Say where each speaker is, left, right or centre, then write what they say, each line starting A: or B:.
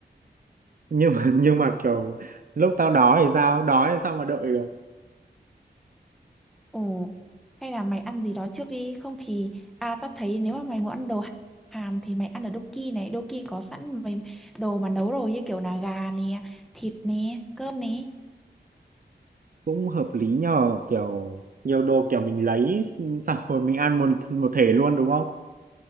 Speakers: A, on the right; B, in the centre.
A: <laughs> nhưng mà nhưng mà kiểu lúc tao đói thì sao đói thì sao mà đợi được
B: ồ hay là mày ăn gì đó trước đi không thì à tao thấy nếu mà mày muốn ăn đồ Hàn thì mày ăn ở Doki này Doki có sẵn mấy đồ mà nấu rồi như kiểu là gà nè thịt nè cơm nè
A: cũng hợp lý nhờ kiểu nhiều đồ kiểu mình lấy xong rồi mình ăn một một thể luôn đúng không